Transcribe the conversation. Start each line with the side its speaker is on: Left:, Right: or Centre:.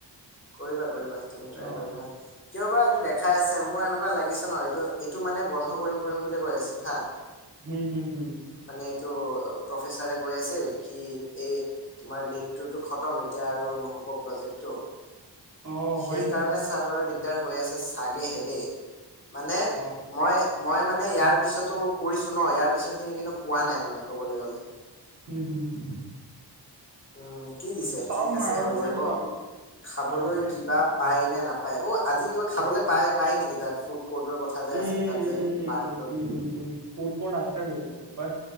Left: কৰিবা কৰিবা তুমি ট্ৰাই
Right: অ
Left: কৰিবা কিয় বাাৰ এইটো দেখাই আছে মোৰ এনেকুৱা লাগিছে ন এইটো এইটো মানে বন্ধ কৰিম কৰিম বুলি কৈ আছিল হা
Right: হম হম হম
Left: মানে এইটো প্ৰফেচাৰে কৈ আছিল কি এই তোমাৰ ডটটো খতম এতিয়া আৰু নহ'ব প্ৰজেক্টটো
Right: অ
Left: সেইকাৰণে
Right: হয় নেকি
Left: ছাৰ বাৰো দিগদাৰ হৈ আছে চাগেহে দেই মানে
Right: অ
Left: মই মই মানে ইয়াৰ পিছতো কৰিছো ন ইয়াৰ পিছৰ খিনি কিন্তু পোৱা নাই মানে কবলৈ গলে
Right: উম, হুম, হুম।
Left: উম কি দিছে
Right: চাও
Left: ঠিক
Right: মই
Left: আছে
Right: আৰু
Left: হৈ
Right: কৰি
Left: যাব
Right: চাও
Left: খাবলৈ
Right: আৰু কৰি
Left: কিবা
Right: চাম।
Left: পায় নে নাপায় পাই অ' আজি কিবা খাবলৈ পাই পায় নেকি তাত ফুড কৰ্টৰ কথা যে
Right: উম
Left: আছিল তাত যে
Right: উম উম
Left: পাৰ্কটোত
Right: উম উম উম উম উম উম ক'ত ক'ত আছে বলে বাট